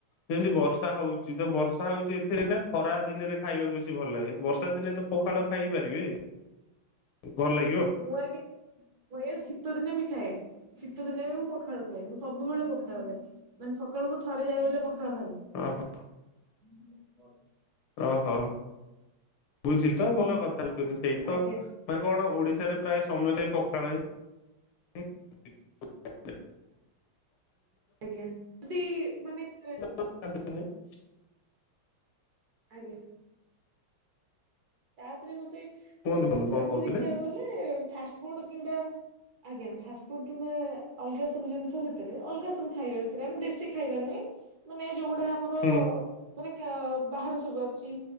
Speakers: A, on the left; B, on the right.
A: ଯେମିତି ବର୍ଷା ହଉଛି ତ ବର୍ଷା ହଉଛି ଏଥିରେ ନା ଖରା ଦିନରେ ଖାଇବାକୁ ବେଶୀ ଭଲ ଲାଗେ ବର୍ଷା ଦିନେ ତ ପଖାଳ ଖାଇ ପାରିବେ? ଭଲ ଲାଗିବ?
B: ମୁଁ ଆଜ୍ଞା ମୁଁ ଆଜ୍ଞା ଶୀତ ଦିନେ ବି ଖାଏ। ଶୀତ ଦିନେ ବି ମୁଁ ପଖାଳ ଖାଏ ମୁଁ ସବୁବେଳେ ପଖାଳ ଖାଏ ମାନେ ସକାଳକୁ ଥରେ ଯାହା ହେଲେବି ପଖାଳ ଖାଇବି।
A: ଅ ହ।
B: ଉଁ। <unintelligible>
A: ଓହୋ ବୁଝିଲି ତ ଭଲ କଥା ହଉଛନ୍ତି ସେଇତ
B: ଆଜ୍ଞା
A: ମାନେ କଣ ଓଡିଶାରେ ପ୍ରାୟ ସମସ୍ତେ ସେ ପଖାଳ ହିଁ ହିଁ <unintelligible>
B: ଆଜ୍ଞା ଯଦି ମାନେ ଏ
A: <unintelligible>
B: ଆଜ୍ଞା। ତାପରେ ମତେ ଏ
A: କୁହନ୍ତୁ କୁହନ୍ତୁ
B: ସେମିତି
A: କଣ କହୁଥିଲେ?
B: ଦେଖିବାକୁ ଗଲେ ଫାଷ୍ଟଫୁଡ କିମ୍ବା ଆଜ୍ଞା ଫାଷ୍ଟଫୁଡ କିମ୍ବା ଅଲଗା ସବୁ ଜିନିଷ ଭିତରେ ଅଲଗା ସବୁ ଖାଇବା ଭିତରେ ଆମେ ଦେଶୀ ଖାଇବା ନୁହେଁ ମାନେ ଯୋଉ ଗୁଡା ଆମର
A: ହୁଁ
B: ମାନେ କା ବାହାରୁ ସବୁ ଆସୁଛି